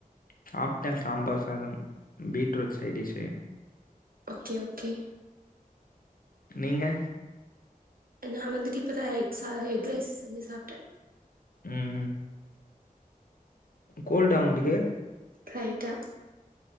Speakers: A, on the left; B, on the right.
A: சாப்ட்டேன் சாம்பார் சாதம் பீட்ரூட் சைட்டிஷ்
B: ஓகே ஓகே
A: நீங்க
B: நான் வந்துட்டு இப்பதான் எக் எக் ரைஸ் செஞ்சு சாப்ட்டேன்
A: ம்ம் கோல்டா உங்களுக்கு
B: லைட்டா